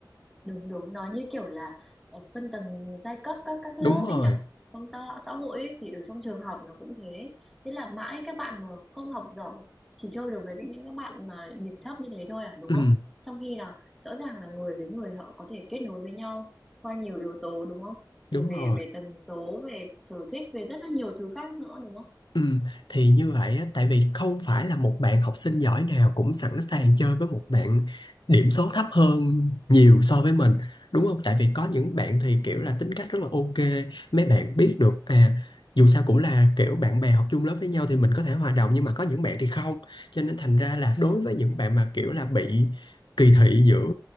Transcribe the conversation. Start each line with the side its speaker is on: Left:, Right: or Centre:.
Centre: đúng đúng nó như kiểu là ở phân tầng giai cấp các các lớp
Left: Đúng rồi.
Centre: ấy nhở trong xã, xã hội ấy, thì ở trong trường học nó cũng thế thế là mãi các bạn mà không học giỏi chỉ chơi được với những những các bạn mà điểm thấp như thế thôi à đúng
Left: Ừ,
Centre: không trong khi là rõ ràng là người với người họ có thể kết nối với nhau qua nhiều yếu tố đúng không
Left: đúng
Centre: về về
Left: rồi.
Centre: về tần số về sở thích về rất là nhiều thứ khác nữa đúng không
Left: Ừ, thì như vậy á, tại vì không phải là một bạn học sinh giỏi nào cũng sẵn sàng chơi với một bạn điểm số thấp hơn nhiều so với mình đúng không? Tại vì có những bạn thì kiểu là tính cách rất là ok mấy bạn biết được à dù sao cũng là kiểu bạn bè học chung lớp với nhau thì mình có thể hòa đồng nhưng mà có những bạn thì không cho nên thành ra là đối với những bạn mà kiểu là bị kỳ thị giữa